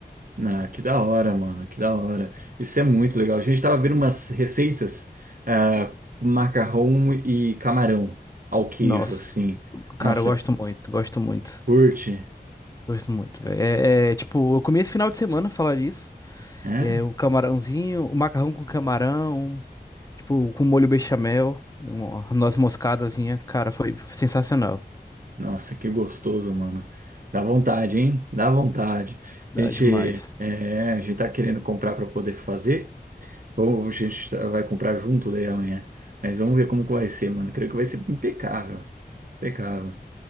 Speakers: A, on the right; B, on the left.
A: Ah, que da hora, mano, que da hora. Isso é muito legal. A gente tava vendo umas receitas, ah, com macarrão e camarão ao queijo,
B: Nossa,
A: assim. Nossa,
B: cara, eu gosto muito, gosto muito.
A: curte.
B: Gosto muito, velho. É, é, tipo, eu comi esse final de semana falar nisso.
A: É?
B: É, um camarãozinho, um macarrão com camarão, tipo, com molho bechamel, uma noz moscadazinha. Cara, foi sensacional.
A: Nossa, que gostoso, mano. Dá vontade, hein? Dá vontade.
B: Dá
A: A gente,
B: demais.
A: é, a gente tá querendo comprar para poder fazer, ou a gente tá- vai comprar junto daí amanhã. Mas vamos ver como que vai ser, mano. Creio que vai ser impecável. Impecável.